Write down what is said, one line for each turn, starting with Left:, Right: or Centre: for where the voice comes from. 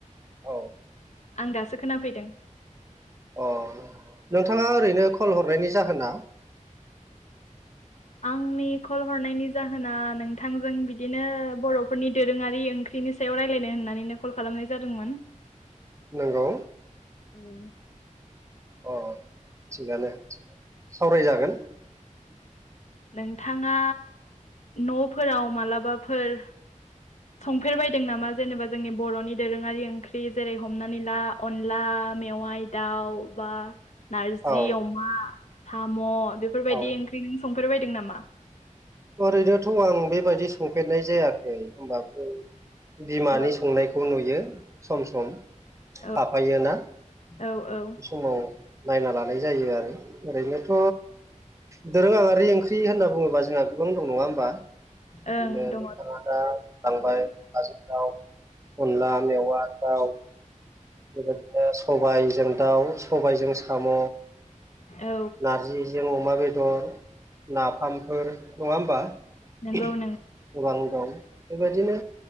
Right: औ
Left: आं दासो खोनाफैदों।
Right: अ नोंथाङा ओरैनो कल हरनायनि जाहोना
Left: आंनि कल हरनायनि जाहोना नोंथांजों बिदिनो बर' फोरनि दोरोङारि ओंख्रिनि सायाव रायलायनो होननानैनो कल खालामनाय जादोंमोन।
Right: नंगौ
Left: उम
Right: अ थिगानो सावरायजागोन।
Left: नोंथाङा न'फोराव मालाबाफोर संफेरबायदों नामा जेनेबा जोंनि बर'नि दोरोङारि ओंख्रि जेरै हमनानै ला अनला मेवाइ दाउ बा नारजि
Right: औ
Left: अमा साम' बेफोरबायदि
Right: औ
Left: ओंख्रि नों सं फेरबायदों नामा?
Right: ओरैनोथ' आं बेबायदि संफेरनाय जायाखै होमबाबो बिमानि
Left: औ
Right: संनायखौ नुयो सम सम
Left: औ
Right: थाफायो ना
Left: औ औ
Right: बे समाव नायना लानाय जायो आरो ओरैनोथ' दोरोंङारि ओंख्रि होनना बुङोबा जोंहा गोबां दं नङा होमबा बिदिनो
Left: ओं दङ
Right: नोंथाङा
Left: औ
Right: दा लांबाय अनलाजों दाउ अनला मेवा दाउ बेबायदिनो सबायजों दाउ सबायजों साम'
Left: औ
Right: नारजिजों अमा बेदर नाफामफोर नङा होमबा?
Left: नंगौ
Right: <unintelligible>
Left: नों
Right: गोबां दं। बेबायदिनो